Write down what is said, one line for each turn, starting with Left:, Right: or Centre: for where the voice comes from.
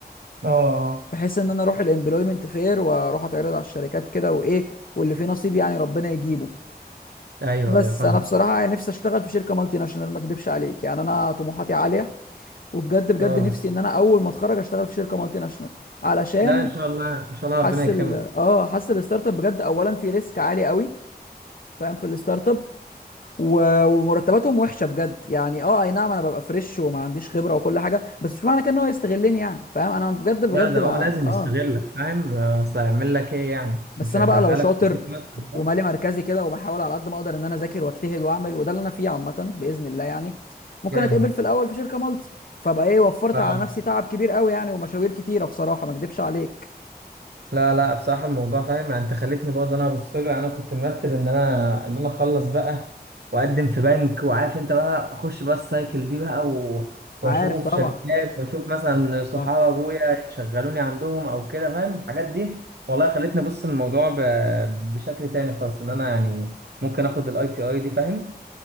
Right: اه
Left: بحيث ان انا اروح الامبلويمنت فير واروح اتعرض على الشركات كده وايه واللي فيه نصيب يعني ربنا يجيبه
Right: ايوه
Left: بس
Right: ايوه فاهمك
Left: انا بصراحه نفسي اشتغل في شركه مالتي ناشونال ما اكدبش عليك يعني انا طموحاتي عاليه وبجد بجد
Right: اه
Left: نفسي ان انا اول ما اتخرج اشتغل في شركه مالتي ناشونال علشان
Right: لا ان شاء الله ان شاء الله ربنا
Left: حاسس
Right: يكرمك
Left: ال- اه حاسس الستارت اب بجد اولا في ريسك عالي قوي فاهم في الستارت اب و- ومرتباتهم وحشه بجد يعني اه اي نعم انا ببقى فريش وما عنديش خبره وكل حاجه بس مش معنى كده ان هو يستغلني يعني فاهم انا بجد بجد
Right: لا ده
Left: بقى
Right: هو لازم
Left: اه
Right: يستغلك فاهم اصل هيعمل لك ايه يعني
Left: بس
Right: مش
Left: انا
Right: هيشغلك
Left: بقى لو شاطر
Right: يديك مثلا
Left: ومالي مركزي كده وبحاول على قد ما اقدر ان انا اذاكر واجتهد واعمل وده اللي انا فيه عامه باذن الله يعني ممكن
Right: جامد
Left: اتقبل في الاول في شركه مالتي فبقى ايه وفرت
Right: ف-
Left: على نفسي تعب كبير قوي يعني ومشاوير كتيره بصراحه ما اكدبش عليك
Right: لا لا بصراحه الموضوع فاهم يعني انت خليتني برضه انا ابص له يعني انا كنت مرتب ان انا ان انا اخلص بقى واقدم في بنك وعارف انت بقى اخش بقى السايكل دي بقى و... واشوف
Left: عارف طبعا
Right: شركات واشوف مثلا صحاب
Left: اه
Right: ابويا يشغلوني عندهم او كده فاهم الحاجات دي والله خلتني ابص الموضوع ب... بشكل تاني خالص ان انا يعني ممكن اخد الاي تي اي دي فاهم